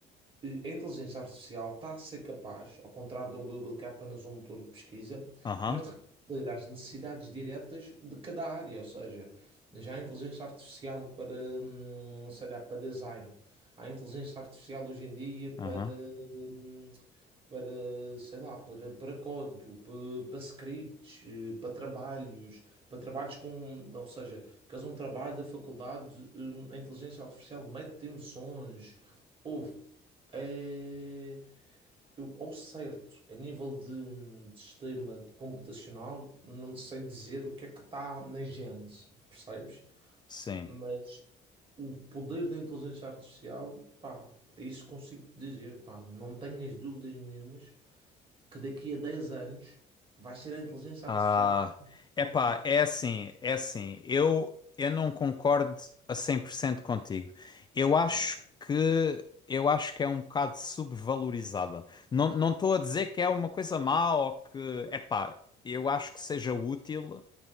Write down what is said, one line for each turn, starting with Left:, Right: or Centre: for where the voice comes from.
Right: eh, a inteligência artificial está a ser capaz, ao contrário de um Google que é apenas um motor de pesquisa,
Left: Aham,
Right: mas de responder às necessidades diretas de cada área, ou seja, já a inteligência artificial para, hum, sei lá, para design, há a inteligência artificial hoje em dia
Left: aham,
Right: para, hum, para, sei lá, para, para código, para, para scripts, eh, para trabalhos, para trabalhos com, ou seja, que um trabalho da faculdade, hum, a inteligência artificial mete emoções, houve, é, eu, ao certo, a nível de, de sistema de computacional, não te sei dizer o que é que está na gênese, percebes?
Left: sim.
Right: Mas o poder da inteligência artificial, pá, isso consigo dizer, pá, não tenho as dúvidas nenhumas que daqui a 10 anos vai ser a inteligência
Left: Ah,
Right: artificial que
Left: epá,
Right: vai tudo.
Left: é assim, é assim. Eu, eu não concordo a 100% contigo. Eu acho
Right: Não,
Left: que eu acho que é um bocado subvalorizada. Não não estou a dizer que é uma coisa má ou que, epá, eu acho que seja útil,